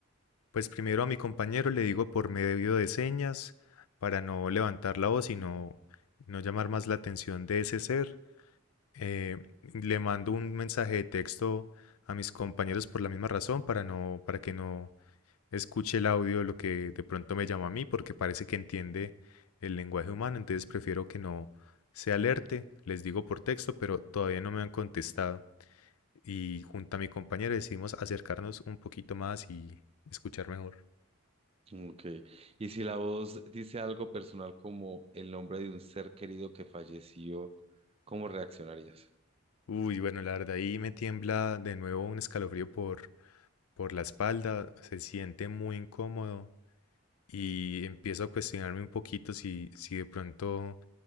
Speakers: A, on the left; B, on the right.
A: Pues primero a mi compañero le digo por medio de señas para no levantar la voz y no, no llamar más la atención de ese ser. Eh, le mando un mensaje de texto a mis compañeros por la misma razón para no, para que no escuche el audio de lo que de pronto me llama a mí porque parece que entiende el lenguaje humano, entonces prefiero que no se alerte. Les digo por texto, pero todavía no me han contestado. Y junto a mi compañero decidimos acercarnos un poquito más y escuchar mejor.
B: Ok. Y si la voz dice algo personal como el nombre de un ser querido que falleció, ¿cómo reaccionarías?
A: Uy, bueno, la verdad ahí me tiembla de nuevo un escalofrío por, por la espalda, se siente muy incómodo y empiezo a cuestionarme un poquito si, si de pronto